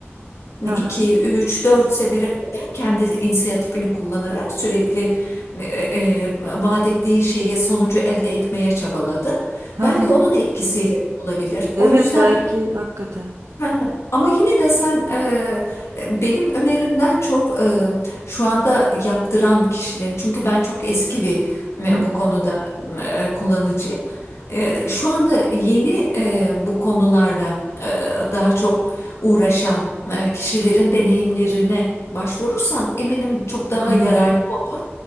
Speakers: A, on the right; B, on the left.
A: Hı
B: 2
A: hı.
B: 3 4 sefere kadar kendi inisiyatifini kullanarak sürekli e, e, e, vaat ettiği şeye sonucu elde etmeye çabaladı.
A: Hı
B: Belki
A: hı.
B: onun etkisiyle olabilir. O
A: Evet
B: yüzden
A: belki hakikaten.
B: Heh, Ama yine de sen e, e, benim önerimden çok e, şu anda yaptıran kişilerin çünkü ben çok eski bir e,
A: Hı hı.
B: bu konuda e, kullanıcıyım. E, şu anda yeni e, bu konularla e, daha çok uğraşan e, kişilerin deneyimlerine başvurursan eminim çok daha
A: Hı hı.
B: yararlı olur.